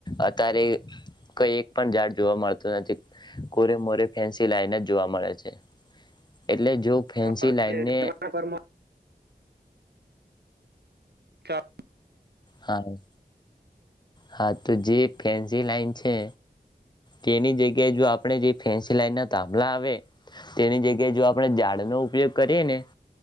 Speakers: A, on the left (about 25°); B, on the right (about 80°).
A: અત્યારે કઈ એક પણ ઝાડ જોવા મળત. તો કોરે મોરે ફેન્સી લાઈન જ જોવા મળે છે. એટલે જો
B: હતા
A: ફેન્સી
B: હા
A: લાઈન
B: એ
A: ને.
B: જમાના પરમાં ચાલ.
A: હા હા તો જે ફેન્સી લાઈન છે તેની જગ્યાએ જો આપણે જે ફેન્સી લાઈન ના તાભલા આવે તેની જગ્યાએ જો આપણે ઝાડ નો ઉપયોગ કરીને